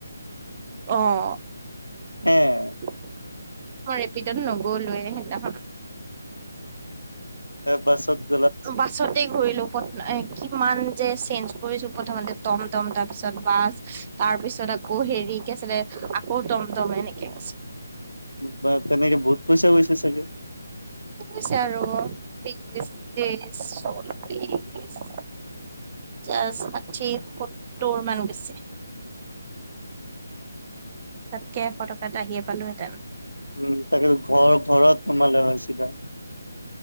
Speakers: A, on the right (about 30°); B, on the left (about 80°).
A: অ',
B: হে।
A: -মই ৰেপিদৌট নগলোৱে হেইদিনা খন
B: তাৰ পাছত।
A: বাছত -ঘূৰিলো কিমান যে চেঞ্জ কৰিছো প্ৰথমতে টমটম তাৰ পিছত বাছ। তাৰ পিছত আকৌ হেৰি কি আছিলে আকৌ টমটম এনেকে
B: বা' তেনেকে বহুত পইচা গৈছে চাগে।
A: গৈছে আৰু বিশ ত্ৰিশ চললিশ পঞ্চাশ, ষাঠি, সত্তৰ মান গৈছে। -তাতকে এশ টকা এটা ৰাহিয়ে পালোহেতেন।
B: উম তাকে ত' ঘৰ ঘৰত নমালে হয় চিধা।